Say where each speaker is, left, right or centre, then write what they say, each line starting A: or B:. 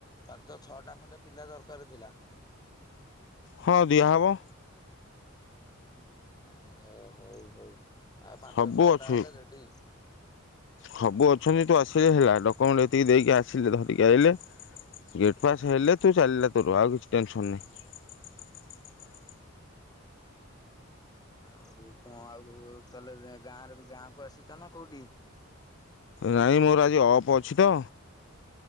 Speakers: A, on the left; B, on the left.
A: ପାଞ୍ଚ ଛଅଟା ଖଣ୍ଡେ ପିଲା ଦରକାର ଥିଲା।
B: ହଁ ଦିଆ ହେବ।
A: ଆ ହଉ ହଉ ଆଉ ପାଞ୍ଚ
B: ସବୁ
A: ଛଅ
B: ଅଛି
A: ଟା ହେଲେ ରେଡି।
B: ସବୁ ଅଛନ୍ତି ତୁ ଆସିଲେ ହେଲା ଡକ୍ୟୁମେଣ୍ଟ ଏତିକି ଦେଇକି ଆସିଲେ ଧରିକି ଆଇଲେ ଗେଟ୍ ପାସ୍ ହେଲେ ତୁ ଚାଲିଲା ତୋର ଆଉ କିଛି ଟେନସନ୍ ନାହିଁ।
A: ଆଉ କଣ ଆଉ ତାହଲେ ଗାଁରେ ଗାଁ କୁ ଆସିଛ ନା କୋଉଠି?
B: ନାଇଁ ମୋର ଆଜି ଅପ୍ ଅଛି ତ।